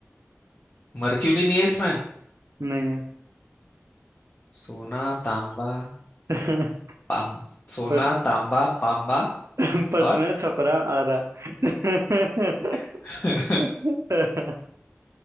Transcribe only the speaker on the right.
नहीं
है <laughs>
पट
<laughs> पटना
छपरा आरा <laughs>